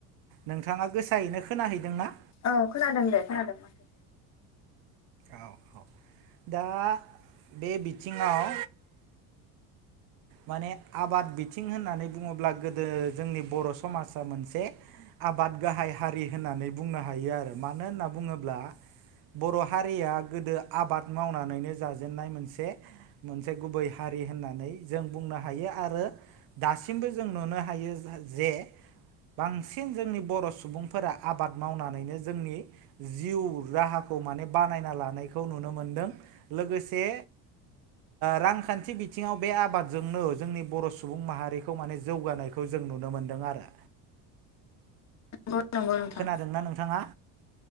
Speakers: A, on the right; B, on the left.
A: नोंथाङा गोसायैनो खोनाहैदोंना
B: औ खोनादों दे खोनादों माथो
A: औ औ दा बे बिथिङाव माने आबाद बिथिं होननानै बुङोब्ला गोदो जोंनि बर' समाजा मोनसे आबाद गाहाय हारि होननानै बुंनो हायो आरो मानो होनना बुङोब्ला बर' हारिया गोदो आबाद मावनानैनो जाजेननाय मोनसे मोनसे गुबै हारि होननानै जों बुंनो हायो आरो दासिमबो जों नुनो हायो जे बांसिन जोंनि बर' सुबुंफोरा आबाद मावनानैनो जोंनि जिउ राहाखौ माने बानायना लानायखौ नुनो मोनदों लोगोसे रांखान्थि बिथिङाव बे आबादजोंनो जोंनि बर' सुबुं माहारिखौ माने जौगानायखौ जों नुनो मोनदों आरो।
B: नंगौ नंगौ नोंथां
A: खोनादोंना नोंथाङा